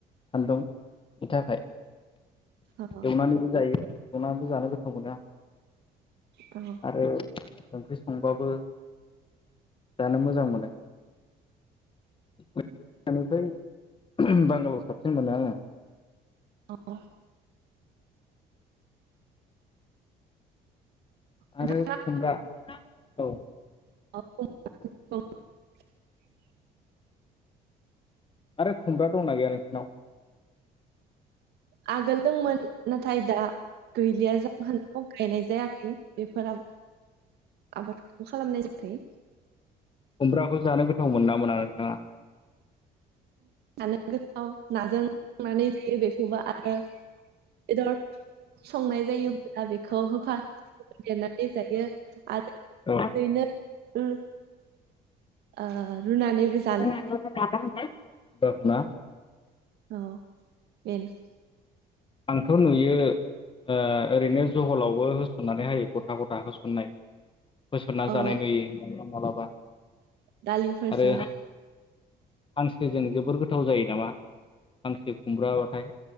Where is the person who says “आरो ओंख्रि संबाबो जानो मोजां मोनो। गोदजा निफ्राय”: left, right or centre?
Left